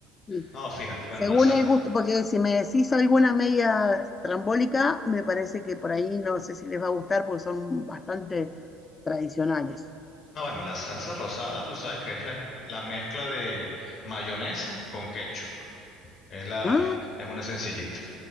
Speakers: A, on the left; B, on the left.
A: Sí,
B: No, fíjate, bueno,
A: Según
B: la sal-
A: el gusto, porque si me decís alguna media trambólica, me parece que por ahí no sé si les va a gustar porque son bastante tradicionales.
B: no, bueno, la salsa rosada, tú sabes que es la, la mezcla de mayonesa con ketchup. Es la,
A: Ah,
B: es una sencillita.